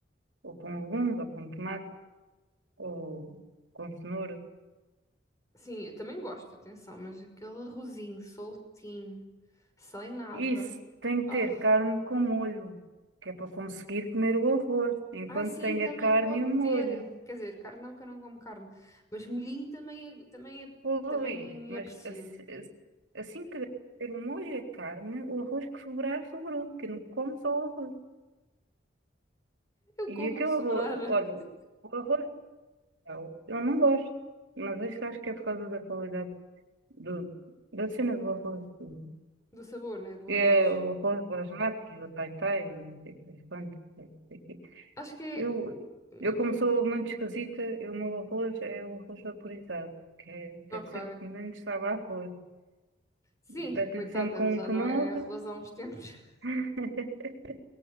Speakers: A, on the right; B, on the left.
A: ou com legumes, ou com tomate, ou com cenoura.
B: Sim, eu também gosto, atenção, mas aquele arrozinho soltinho, sem nada.
A: Isso, tem que
B: Oh.
A: ter carne com molho, que é para conseguir comer o arroz, enquanto
B: Ah, sim,
A: tem
B: também
A: a carne
B: pode
A: e o molho.
B: ter. Quer dizer, carne não, que eu não como carne. Mas molhinho também, é, também, é,
A: Pois,
B: também
A: mas
B: aprecio.
A: ass- ass- assim que ter o molho e a carne, o arroz que sobrar, sobrou, que não come só o arroz.
B: Eu como
A: E aquele
B: o que sobrar
A: arroz,
B: <laughs>
A: olha, o arroz Eu eu não gosto, mas isto acho que é por causa da qualidade do, da cena do arroz. do-
B: do sabor, né? Do
A: É
B: arroz.
A: o arroz basmati, o tai-tai, eu não sei o que das quantas. não sei o quê.
B: Acho que é.
A: Eu,
B: hum,
A: eu como sou muito esquisita, eu- o meu arroz é o arroz vaporizado, que é, deve
B: Ok.
A: ser o que menos sabe a arroz.
B: Sim,
A: Espeto-lhe
B: coitado,
A: sempre com
B: ele já
A: um knorr,
B: não é arroz há uns tempos <laughs>
A: <laughs>